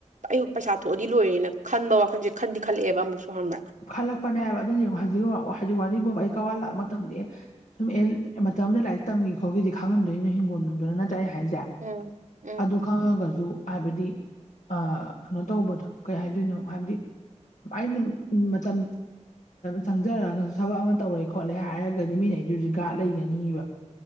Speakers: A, on the right (about 90°); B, on the left (about 75°).
A: ꯑꯌꯨꯛ ꯄꯩꯁꯥ ꯊꯣꯛꯑꯗꯤ ꯂꯣꯏꯔꯦꯅ ꯈꯟꯕ ꯋꯥꯈꯟꯁꯦ ꯈꯟꯗꯤ ꯈꯜꯂꯛꯑꯦꯕ ꯑꯃꯨꯛꯁꯨ ꯈꯪꯕ꯭ꯔꯥ
B: ꯈꯜꯂꯛꯄꯅꯦ ꯍꯥꯏꯕ ꯑꯗꯨ ꯌꯦꯉꯨ ꯍꯧꯖꯤꯛ ꯍꯧꯖꯤꯛ ꯋꯥꯔꯤꯕꯣꯕ ꯑꯩ ꯀꯋꯥ ꯂꯥꯛꯄ ꯃꯇꯝꯗꯤ ꯁꯨꯝ ꯑꯦ ꯃꯇꯝ ꯑꯃꯗ ꯂꯥꯏꯔꯤꯛ ꯇꯝꯈꯤ ꯈꯣꯠꯈꯤꯗꯤ ꯈꯪꯉꯝꯗꯣꯏꯅꯣ ꯍꯤꯡꯒꯣꯜ ꯅꯨꯡꯗꯨꯅ ꯅꯠꯇ꯭ꯔꯥ ꯑꯩ ꯍꯥꯏꯁꯦ
A: ꯎꯝ ꯎꯝ
B: ꯑꯗꯨ ꯈꯪꯉꯒꯁꯨ ꯍꯥꯏꯕꯗꯤ ꯑ ꯀꯩꯅꯣ ꯇꯧꯕꯗꯣ ꯀꯩ ꯍꯥꯏꯗꯣꯏꯅꯣ ꯍꯥꯏꯕꯗꯤ ꯑꯩꯅ ꯃꯇꯝ ꯆꯪꯖꯔꯒꯁꯨ ꯊꯕꯛ ꯑꯃ ꯇꯧꯔꯦ ꯈꯣꯠꯂꯦ ꯍꯥꯏꯔꯒꯗꯤ ꯃꯤꯅ ꯑꯩꯗꯨꯖꯤ ꯒꯥꯔꯗ ꯂꯩꯒꯅꯤꯕ